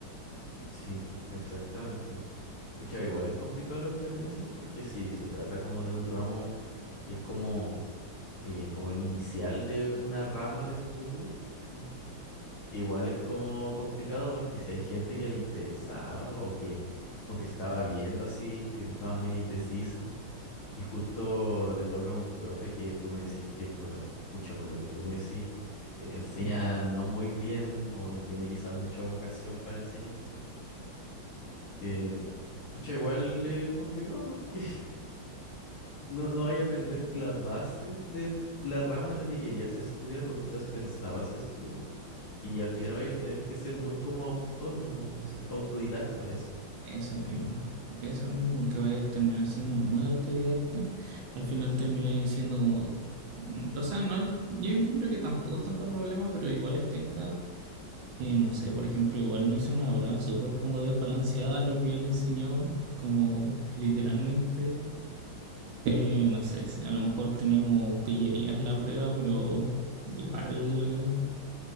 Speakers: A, on the left; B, on the right.
A: Sí, exactamente. Pucha, igual es complicado lo que me decís porque sí, se trata como de un ramo que es como, eh, como el inicial de una rama de estudio. Mm. Igual es como complicado porque si hay gente que le interesaba o que, o que estaba viendo así, que estaba medio indecisa y justo le toca a un profe que tú me decís que por, la- pucha, por lo que tú me decís, eh, <laughs> enseña no muy bien o no tiene quizás mucha vocación para enseñar. Eh, pucha, igual es complicado porque <laughs> no, no vaya a aprender la base de la rama en la que querías estudiar o quizás pensabas estudiar. Y al final
B: Eso,
A: vaya a tener que ser muy como autónomo, sí, autodidacta, eso.
B: eso mismo, eso mismo, que vaya a terminar siendo muy autodidacta, al final terminé siendo como, mm, o sea, no, yo encuentro que tampoco es tanto problema, pero igual es penca que no sé, por ejemplo, igual no hizo una prueba súper como desbalanceada lo que él enseñó, como literalmente, eh, no sé, si a lo mejor tenía como pillerías la prueba, pero igual,